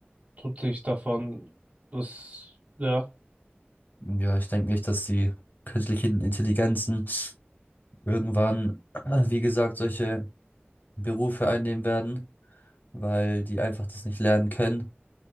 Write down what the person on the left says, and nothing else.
Ja, ich denke nicht, dass die künstlichen Intelligenzen irgendwann, <clears throat> äh, wie gesagt, solche Berufe einnehmen werden, weil die einfach das nicht lernen können.